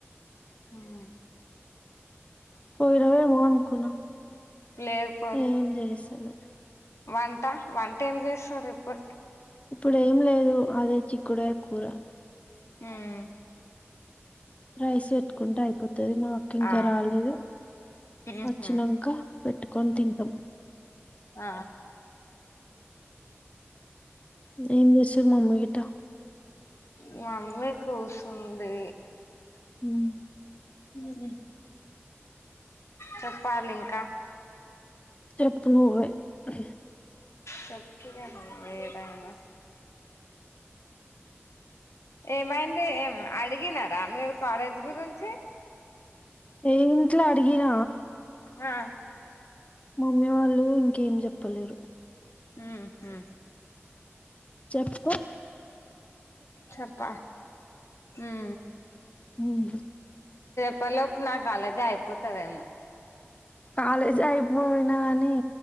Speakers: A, on the left; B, on the left.
A: ఉం
B: పోయినవేమో అనుకున్నా
A: లేదు పోలే
B: ఏం చేస్తలే
A: వంట వంట ఏం చేస్తారు ఎప్పడికి
B: ఇప్పుడు ఏం లేదు అదే చిక్కుడాయ కూర
A: ఉం
B: రైస్ పెట్టుకుంటే అయిపోతది మాకు ఇంకా
A: ఆ
B: రాలేదు
A: ఉహు
B: వచ్చినాక పెట్టుకొని తింటాం
A: ఆ
B: ఏం చేస్తారు మమ్మీ గిటా
A: మా మమ్మీ కూసుంది
B: ఉం
A: ఉహుం చెప్పాలి ఇంకా
B: చెప్పు నువ్వే ఆ
A: చెప్పిగా నువ్వే టైం ఏమైంది ఏం అడిగినారా మీరు కాలేజ్ గురించి
B: ఏ ఇంట్లా అడి గిన
A: ఆ
B: మమ్మీ వాళ్ళు ఇంకేం చెప్పలేరు
A: ఉహు
B: చెప్పు
A: చెప్ప ఉం
B: ఉం
A: ప్ప లోపు నా కాలేజ్ అయిపోతదేమో
B: కాలజ అయిపోయి నాని